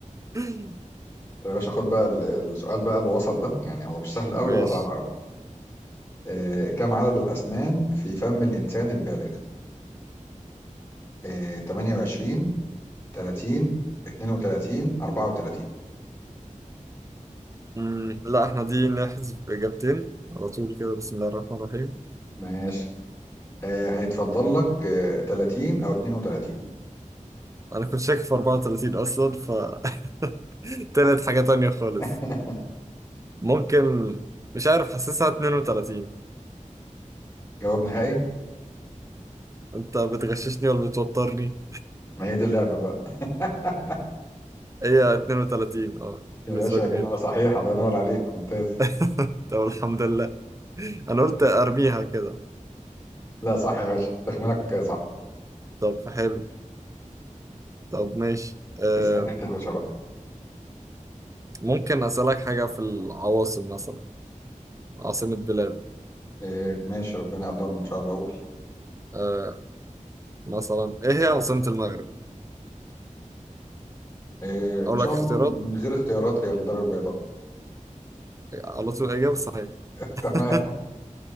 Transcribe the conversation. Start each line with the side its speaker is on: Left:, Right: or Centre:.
Right: <laughs>
Left: طب يا باشا خد بقى ال- السؤال بقى الوسط ده يعني هو مش سهل قوي
Right: ماشي
Left: ولا صعب قوي آه كم عدد الأسنان في فم الإنسان البالغ؟ آه 28 30 32 34
Right: مم، لا احنا دي نحذف إجابتين على طول كده بسم الله الرحمن الرحيم
Left: ماشي آه هيتفضل لك آه 30 أو 32
Right: أنا كنت شاك في 34 أصلا ف <laughs> طلعت حاجة تانية خالص
Left: <laughs>
Right: ممكن مش عارف حاسسها 32
Left: جواب نهائي
Right: أنت بتغششني ولا بتوترني
Left: ما هي دي اللعبة بقى <laughs>
Right: هي 32 أه
Left: يا
Right: بنسبة
Left: باشا
Right: كبيرة
Left: إجابة صحيح الله ينور عليك ممتاز
Right: <laughs> طب الحمد لله أنا قلت أرميها كده
Left: لا صح يا باشا تخمينك صح
Right: طب حلو طب ماشي آه
Left: اسألني أنت يا باشا بقى
Right: ممكن أسألك حاجة في العواصم مثلا عاصمة بلاد
Left: آه ماشي ربنا يقدرنا إن شاء الله أقول
Right: آه مثلا ايه هي عاصمة المغرب؟
Left: آه إن
Right: اقول
Left: شاء
Right: لك اختيارات
Left: الله من غير اختيارات هي الدار البيضاء
Right: على طول الاجابة صحيحة
Left: <laughs> تمام
Right: <laughs>